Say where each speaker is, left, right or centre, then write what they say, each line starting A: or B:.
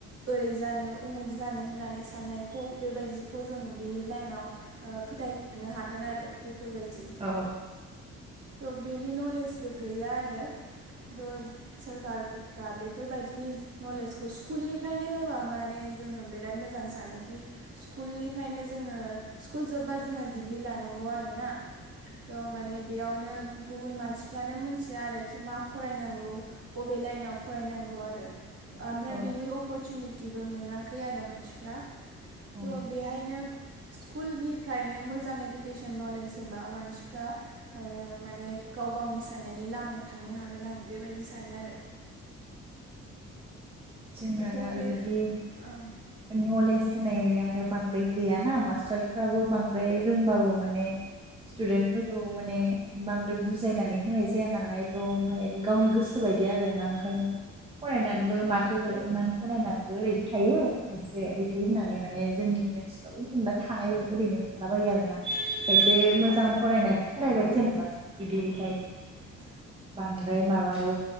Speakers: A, on the right; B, on the right.
A: ओरै जानो उमुख जानो होननानै साननाय खौ बेबायदिखौ जों बिनि लाइनाव ओ फोथायहरनो हागोन आरो बे बेफोरबायदि।
B: औ
A: थ' बेनि नलेजबो गैया आरो थ' सरकार फ्रा बेफोरबायदिनि नलेजखौ स्कुलनिफ्रायनो होबा माने जोङो बिराद मोजां सानोखि स्कुलनि ओमखायनो जोङो स्कुल जोबबा जोङो डिग्रि लानांगौ आरोना। थ' माने बेयावनो गुबुन मानसिफ्रानो मोनथिया आरोखि मा फरायनांगौ अबे लाइनाव फरायनांगौ आरो ओमफ्राय
B: औ
A: बिनि अपरसुनिटिबो मोनाखै आरो मानसिफ्रा।
B: औ
A: थ बेहायनो स्कुलनिफ्रायनो मोजां इडुकेसन नलेज होबा मानसिफ्रा ओ माने गाव गावनि साननायनि लामायाव थांनो हागोन आं बेबायदि सानो आरो।
B: जोंना
A: थ'
B: दा आरो
A: फिर
B: बिदि
A: ओं
B: नलेज होनायानो बांद्राय गैयाना मास्टारसफ्राबो बांद्राय रोंबाबो माने स्टुदेन्टफोरखौ माने बांद्राय बुजायनानै होनाय जाया नालाय थ' ओमफ्राय गावनि गोसो बायदि आरोना ओंखायनो फरायनानैबो मा माथो इमान फरायनानैबो ओरैनो थायो खायसे इदि होननानै माने जोंनि ओनसोलाव जेनेबा थानाय ओरैनो थालाबायो आरोना खायसे मोजां फरायनायाथ' फरायबाय जेनेबा बिदिहाय।
A: <inaudible>
B: बांद्राय माबाबो